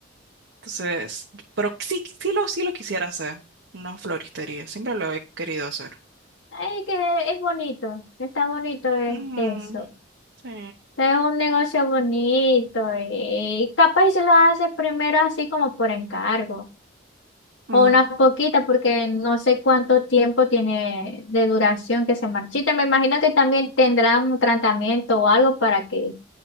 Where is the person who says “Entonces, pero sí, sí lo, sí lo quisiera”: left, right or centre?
Right